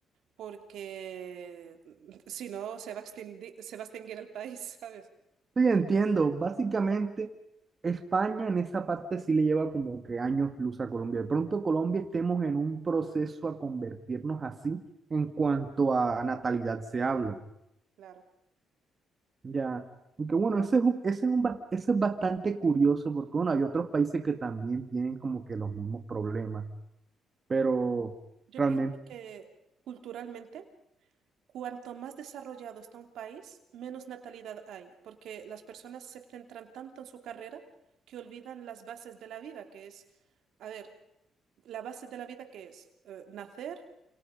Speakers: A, on the right; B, on the right.
A: porque <laughs> si no se va a extinguir, se va a extinguir el país, <laughs> ¿sabes?
B: Sí, entiendo. Básicamente, España en esa parte sí le lleva como que años luz a Colombia. De pronto Colombia estemos en un proceso a convertirnos así en
A: Ujú.
B: cuanto a natalidad se habla.
A: Claro.
B: Ya. Aunque bueno, ese es, un- ese es, un bas- ese es bastante curioso porque bueno, hay otros países que también tienen como que los mismos problemas. Pero
A: Yo
B: realmente,
A: pienso que culturalmente Cuanto más desarrollado está un país, menos natalidad hay, porque las personas se centran tanto en su carrera que olvidan las bases de la vida, que es, a ver, la base de la vida que es eh, nacer,